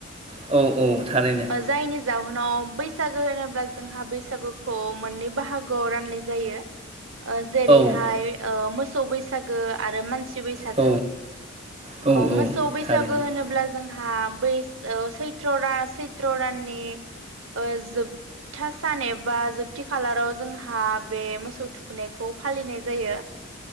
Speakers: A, on the right; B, on the right.
A: औ- औ थारैनो
B: जायनि जाहोनाव उनाव बैसागो होनोब्ला जोंहा बैसागोखौ मोननै बाहागोआव राननाय जायो। जेरैहाय
A: औ
B: मोसौ बैसा बैसागो आरो मानसि बैसागो
A: औ औ औ
B: मोसौ बैसागो
A: थारैनो
B: होनोब्ला जों हा बै ओ सैत्र चैत्र दाननि ओ जोबथा सान एबा जोबथि खालाराव जोंहा बे मोसौ थुखैनायखौ फालिनाय जायो।